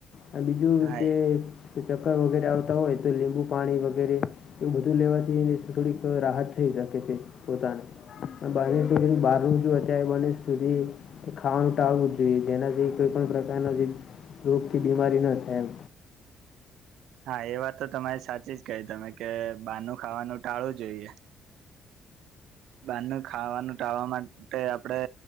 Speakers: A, on the left; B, on the right.
A: અને બીજું
B: હા
A: કે ચક્કર વગેરે આવતા હોય તો લીંબુ પાણી વગેરે એવું બધું લેવાથી થોડીક રાહત થઈ શકે છે પોતાને બાર ટકું બહારું જ અચ્યારે મનેસ સુધી ખાવાનું ટાળવું જ જોઈએ જેનાથી કોઈ પણ પ્રકારના જે રોગથી બીમારી ન થાય એમ
B: હા એ વાત તો તમારે સાચી જ કહી તમે કે બાનું ખાવાનું ટાળવું જોઈએ બારણું ખાવાનું ટાવા માટે આપડે